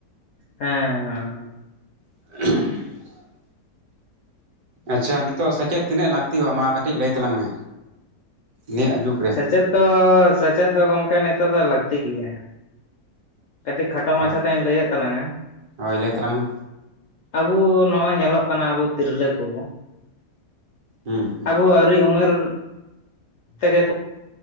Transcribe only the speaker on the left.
ᱦᱮᱸ ᱦᱮᱸ᱾
ᱥᱮᱪᱮᱫ ᱫᱚ ᱥᱮᱪᱮᱫ ᱫᱚ ᱜᱚᱝᱠᱮ ᱱᱤᱛᱚᱜ ᱫᱚ ᱞᱟᱹᱠᱛᱤ ᱜᱮᱭᱟ᱾ ᱠᱟᱹᱴᱤᱡ ᱠᱷᱟᱴᱚ
ᱢᱟᱪᱷᱟ ᱛᱮᱧ ᱞᱟᱹᱭᱮᱫ ᱛᱟᱞᱟᱝᱟ᱾
ᱟᱵᱚ ᱱᱚᱜ-ᱚᱭ ᱧᱮᱞᱚᱜ ᱠᱟᱱᱟ ᱟᱵᱚ ᱛᱤᱨᱞᱟᱹ ᱠᱚ,
ᱟᱵᱚ ᱦᱩᱰᱤᱧ ᱩᱢᱮᱨ ᱛᱮᱜᱮ